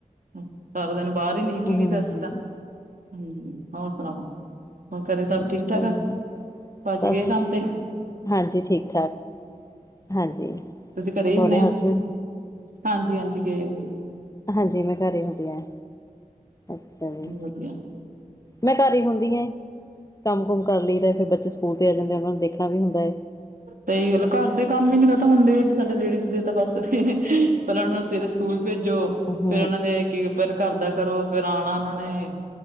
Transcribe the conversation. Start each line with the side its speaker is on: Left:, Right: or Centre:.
Right: ਸਾਰਾ ਦਿਨ ਬਾਹਰ ਹੀ ਨਿਕਲੀ
Left: ਹੂੰ ਹੂੰ
Right: ਤਾਂ ਦਸ ਹਮ ਹੋਰ ਸੁਣਾਓ, ਹੋਰ ਘਰੇ ਸਭ
Left: ਹੂੰ
Right: ਠੀਕ ਠਾਕ
Left: ਉਹੀ
Right: ਆ
Left: ਹੈ
Right: ਭਾਜੀ
Left: ਬਸ
Right: ਗਏ ਕੰਮ ਤੇ
Left: ਹਾਂਜੀ ਠੀਕ ਠਾਕ ਹਾਂਜੀ
Right: ਤੁਸੀਂ ਘਰੇ ਹੀ
Left: ਤੁਹਾਡੇ
Right: ਹੁੰਦੇ
Left: ਹਸਬੈਂਡ
Right: ਹੋ। ਹਾਂਜੀ-ਹਾਂਜੀ ਗਰੇ ਹੋ ਵੀ
Left: ਹਾਂਜੀ, ਮੈਂ ਘਰ ਹੁੰਦੀ ਹਾਂ। ਅੱਛਾ ਜੀ,
Right: ਵਧੀਆ,
Left: ਮੈਂ ਘਰ ਹੀ ਹੁੰਦੀ ਆ। ਕੰਮ ਕੁਮ ਕਰ ਲਈ ਤੇ ਫਿਰ ਬੱਚੇ ਸਕੂਲ ਤੇ ਆ ਜਾਂਦੇ, ਉਹਨਾਂ ਨੂੰ ਦੇਖਣਾ ਵੀ ਹੁੰਦਾ ਐ।
Right: ਸਹੀ ਗੱਲ ਆ, ਘਰ ਦੇ ਕੰਮ ਹੀ ਨੀ ਖ਼ਤਮ ਹੁੰਦੇ। ਸਾਡੇ ਲੇਡੀਜ਼ ਦੇ ਤਾਂ ਬਸ ਪੇਹਲਾ ਉਹਨੂੰ ਸਵੇਰੇ ਸਕੂਲ ਭੇਜੋ
Left: ਹੂੰ
Right: ਫਿਰ ਉਹਨਾਂ ਦੇ ਕੀ ਘਰ ਦਾ ਕਰੋ ਫੇਰ ਆਣਾ ਉਹਨਾਂ ਨੇ